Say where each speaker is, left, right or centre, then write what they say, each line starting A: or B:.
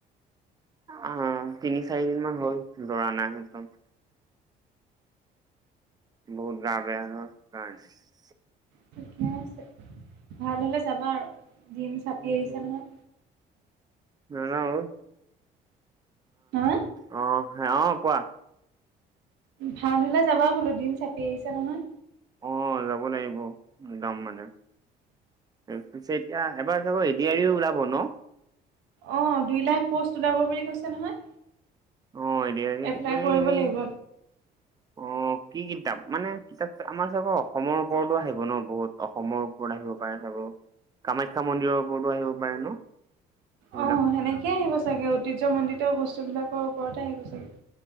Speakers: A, on the right; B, on the right.
A: অ, তিনি, চাৰি দিন মান হ'ল দৌৰা নাই একদম। বহুত গা বেয়া ধৰ, আইচ।
B: ঠিকে আছে, ভাল হ'লে যাবা আৰু দিন
A: কাৰণে
B: চাপি আহিছে নহয়।
A: নাযাওঁ অ।
B: হা?
A: অ, হা কোৱা?
B: ভাল হ'লে যাবা বোলো, দিন চাপি আহিছে নহয়।
A: অ, যাব লাগিব, যাম মানে। ত পিছে এতিয়া, এবাৰ চবৰ এ দি আৰিও ওলাব ন?
B: অ, দুই লাখ পোষ্ট ওলাব বুলি কৈছে নহয়।
A: অ, এ দি আৰিত,
B: এপ্লাই
A: এ দি আৰিত
B: কৰিব
A: এনে,
B: লাগিব
A: অ' অ কি কিতাপ মানে কিতাপ আমাৰ চাগে অসমৰ ওপৰতো আহিব ন বহুত অসমৰ ওপৰত আহিব পাৰে চাগৈ? কামাখ্যা মন্দিৰৰ ওপৰতো আহিব পাৰে ন? সেইবিলাক
B: অ সেনেকে আহিব চাগে ঐতিহ্যমণ্ডিত বস্তুবিলাকৰ ওপৰতে আহিব চাগে